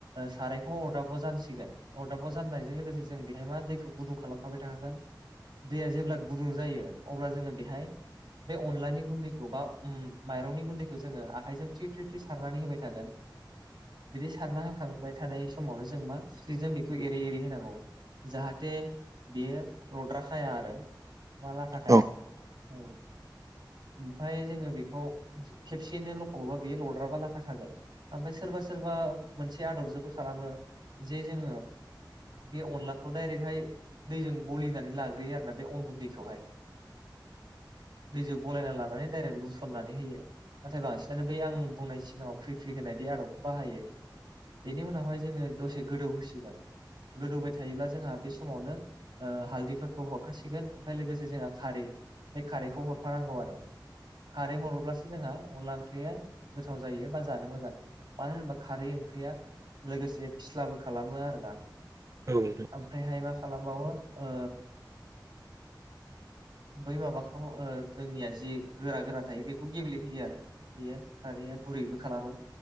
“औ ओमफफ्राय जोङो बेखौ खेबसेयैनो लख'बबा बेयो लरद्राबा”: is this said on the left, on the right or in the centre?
Right